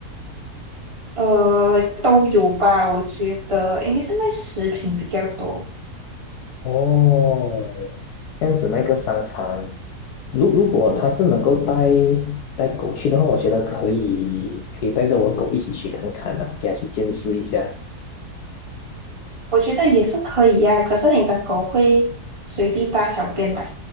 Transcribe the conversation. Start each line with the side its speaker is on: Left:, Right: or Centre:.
Right: 呃，都有吧，我觉得应该是卖食品比较多，
Left: 哦，这样子那个商场，如如果他是能够带带狗去的话，我觉得可以可以带着我狗一起去看看呐、给它去见识一下。
Right: 我觉得也是可以呀、可是你的狗会随地大小便嘛？